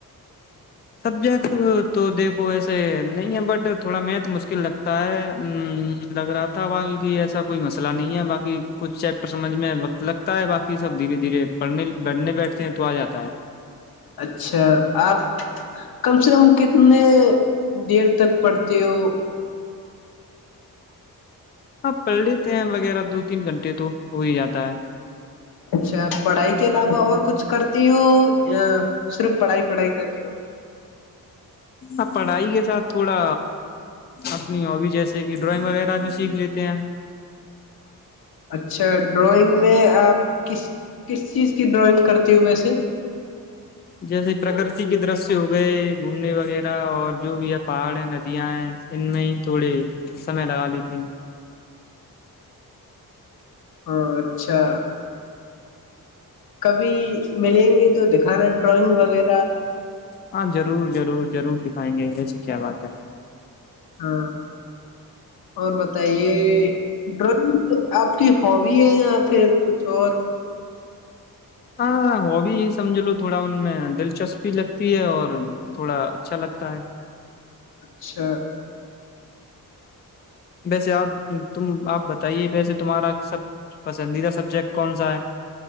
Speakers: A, on the left; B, on the left.
A: سبجیکٹ تو دیکھو ایسے نہیں ہے بٹ تھوڑا میتھ مشکل لگتا ہے لگ رہا تھا ب کی ایسا کوئی مسئلہ نہیں ہے باقی کچھ چیپٹر سمجھ میں وقت لگتا ہے باقی سب دھیرے دھیرے پڑھنے بیٹھنے بیٹھتے ہیں تو آ جاتا ہے
B: اچھا آپ کم سے کم کتنے دیر تک پڑتے ہو
A: ہاں پڑھ لیتے ہیں وغیرہ دو تین گھنٹے تو ہو ہی جاتا ہے
B: اچھا پڑھائی کے علاوہ اور کچھ کرتی ہ ا صرف پڑھائی پڑھائی کر کے ہو
A: ا پڑھائی کے ساتھ تھوڑا اپنی ہوبی جیسے کہ ڈرائنگ وغیرہ بھی سیکھ لیتے ہیں
B: اچھا ڈرائنگ میں آپ کس کس چیز کی ڈرائنگ کرتی ہوں ویسے
A: جیسے پرکرتی کے درشیہ ہو گئے گھومنے وغیرہ اور جو بھی ہے پہاڑ ہیں ندیاں ہیں ان میں ہی تھوڑے سمے لگا لیتے ہیں
B: ہاں اچھا کبھی ملیں گے تو دکھانا ڈرائنگ وغیرہ
A: ہاں ضرور ضرور ضرور دکھائیں گے یہ س کیا بات ہے
B: ہاں اور بتائیے یہ ڈر آپ ہووی ہے یا پھر کچھ اور
A: ہاں ہو بھیی ہی سمجھ لو تھوڑا ان میں دلچسپی لگتی ہے اور تھوڑا اچھا لگتا ہے
B: اچھا
A: ویسے آپ تم آپ بتائیے ویسے تمہارا سب پسندیدہ سبجیکٹ کون سا ہے